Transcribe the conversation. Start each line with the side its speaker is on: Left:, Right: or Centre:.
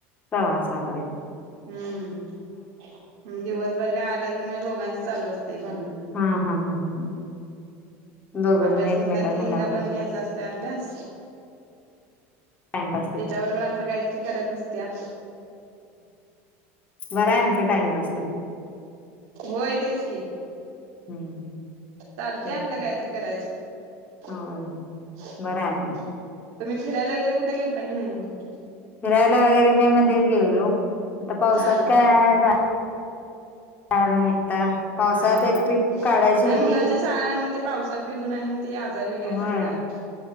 Left: सवासापर्यंत.
Right: हम्म दिवसभर काय आला कि म दोघांच चालू असते भांडण.
Left: हा हा हा हा हा दोघं
Right: अभ्यास
Left: जण एकमेका
Right: घेतला कि
Left: संग
Right: हिला
Left: आपला
Right: पण घ्यायचा असत अभ्यास
Left: टाइमपास तो.
Right: त्याच्यावररो पण आपलं काहीतरी करत बसत्या.
Left: बरं आहे म्हटलं
Right: हम्म
Left: टाइमपास तर
Right: होय तेच की.
Left: हम्म.
Right: चालते
Left: तेच
Right: आपलं
Left: की.
Right: काहीतरी करायचं.
Left: होय होय
Right: हम्म.
Left: बरं आहे आपलं
Right: तुम्ही फिरायला वगैरे कुठे गेलता की नाही मग
Left: फिरायला वगैरे मे मध्ये गेलो आता पावसात
Right: हा हा
Left: काय का नाही आता पावसाळ्यात
Right: हा
Left: एक ट्रिप काढायची
Right: नाही
Left: होती.
Right: मुलांच्या शाळा आहे म ते पावसात भिजून ते आजारी वगैरे
Left: होय
Right: पडतात